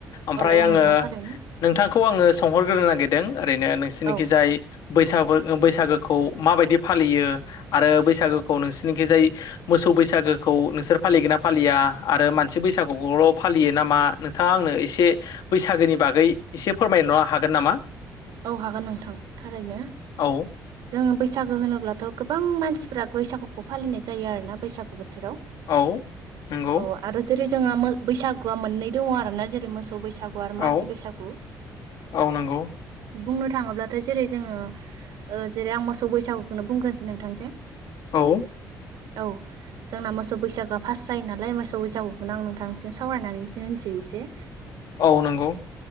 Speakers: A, on the left (about 70°); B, on the right (about 80°).
A: ओमफ्राय
B: औ औ
A: आङो
B: नोंथां थारैनो
A: नोंथांखौ आङो सोंहरग्रोनो नागिरदों ओरैनो नोंसिरनिखि
B: औ
A: जाय बैसाग बैसागोखौ माबायदि फालियो आरो बैसागोखौ नोंसिरनिखि जाय मोसौ बैसागोखौ नोंसोर फालिगोन ना फालिया आरो मानसि बैसागुखौल' फालियो नामा? नोंथाङा आंनो एसे बैसागोनि बागै एसे फोरमायनो हागोन नामा?
B: औ हागोन नोंथां थारैनो।
A: औ
B: <inaudible> जोङो बैसागो होनोब्लाथ' गोबां मानसिफोरा बैसागुखौ फालिनाय जायो आरो ना बैसागु बोथोराव।
A: औ
B: <inaudible>
A: नंगौ
B: अ आरो जेरै जोंहा बैसागुआ मोननै दङ आरोना जेरै मोसौ बैसागु। मानसि
A: औ
B: बैसागु।
A: औ नंगौ।
B: बुंनो थाङोब्लाथाय जेरै जोङो ओ जेरै आं मोसौ बैसागुखौनो बुंग्रोसै नोंथांसिम।
A: औ।
B: औ। जोंना मोसौ बैसागोआ फास जायो नालाय मोसौ बैसागुखौनो आं नोंथांसिम सावरायनानै होनोसै एसे।
A: <inaudible> औ नंगौ।